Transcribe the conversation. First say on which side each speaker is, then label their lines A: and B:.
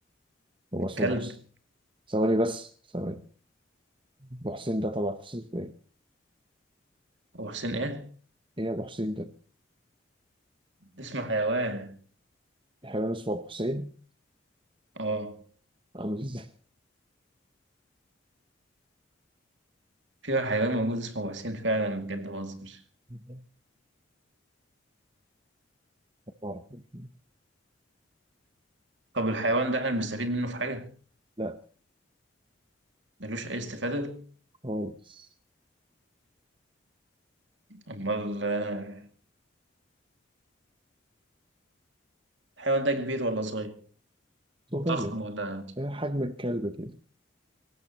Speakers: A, on the right; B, on the right.
A: هو
B: الكلب
A: اسمه أبو حسين ثواني بس ثواني ابو حسين ده طبعا حسين في ايه؟
B: أبو حسين إيه؟
A: ايه يا ابو حسين ده؟
B: اسم حيوان
A: حيوان اسمه ابو حسين
B: آه
A: عامل ازاي؟
B: في حيوان موجود اسمه أبو حسين فعلا بجد ما بهزرش
A: <laughs> ما أعرف.
B: طب الحيوان ده احنا بنستفيد منه في حاجة؟
A: لا
B: ملوش أي استفادة؟
A: خالص
B: أمال آه، الحيوان ده كبير ولا صغير؟
A: صغير
B: ضخم ولا
A: إيه حجم الكلب كده